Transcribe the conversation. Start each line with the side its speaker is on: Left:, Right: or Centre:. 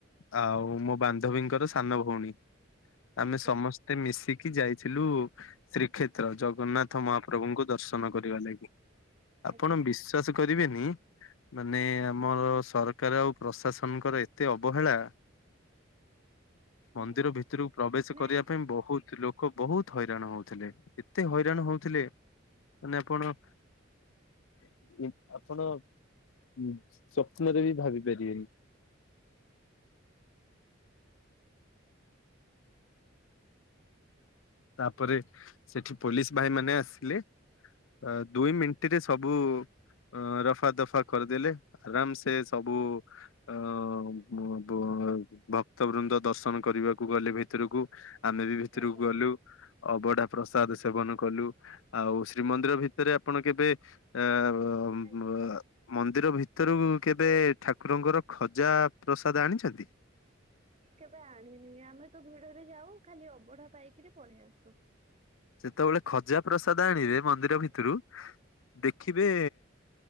Left: ଆଉ ମୋ ବାନ୍ଧବୀଙ୍କର ସାନ ଭଉଣୀ ଆମେ
Right: ଆଜ୍ଞା
Left: ସମସ୍ତ ମତେ ମିଶିକି ଯାଇଥିଲୁ। ଶ୍ରୀଖେତ୍ର ଜଗନ୍ନାଥ ମହାପ୍ରଭୁଙ୍କୁ ଦର୍ଶନ କରିବା ଲାଗି। ଆପଣ
Right: ଆଜ୍ଞା
Left: ବିଶ୍ଵାସ କରିବେନି ମାନେ ଆମର ସରକାର ଆଉ ପ୍ରଶାସନଙ୍କର ଏତେ ଅବହେଳା। ମନ୍ଦିର
Right: ହୁଁ
Left: ଭିତରକୁ ପ୍ରବେଶ
Right: ନାଇଁ
Left: କରିବା ପାଇଁ ବହୁତ ଲୋକ ବହୁତ ହଇରାଣ ହଉଥିଲେ। ଏତେ ହଇରାଣ ହଉଥିଲେ। ମାନେ ଆପଣ ଆପଣ ଆପଣ ଚ୍ୟା ସ୍ବପ୍ନ ବି ଭାବି ପାରିବେନି। ତାପରେ ସେଠି ପୋଲିସ ଭାଇ ମାନେ ଆସିଲେ। ଅ ଦୁଇ ମିନିଟରେ ସବୁ ଅ ରଫା ଦଫା କରିଦେଲେ ଆରାମ ସେ ସବୁ। ଅ ବ ବ ଭକ୍ତ ବୃନ୍ଦ ଦର୍ଶନ କରିବାକୁ ଗଲେ ଭିତରୁକୁ। ଆମେ ବି ଭିତୁରୁକୁ
Right: ଆଜ୍ଞା
Left: ଗଲୁ। ଅବଢା ପ୍ରସାଦ ସେବନ କଲୁ। ଆଉ ଶ୍ରୀମନ୍ଦିର ଭିତରେ ଆପଣ କେବେ ଏ ଅ।
Right: ଆଜ୍ଞା
Left: ମନ୍ଦିର ଭିତରୁକୁ କେବେ ଠାକୁରଙ୍କର ଖଜା ପ୍ରସାଦ ଆଣିଛନ୍ତି?
Right: କେବେ ଆଣିନି। ଆମେ ତ ଭିଡରେ ଯାଉ ଖାଲି ଅବଢା ପାଇକିରି ପଳେଇ ଆସୁ।
Left: ଯେତେବେଳେ ଖଜା ପ୍ରସାଦ ଆଣିବେ ମନ୍ଦିର ଭିତରୁ ଦେଖି।
Right: ଆଜ୍ଞା
Left: ଦେଖିବେ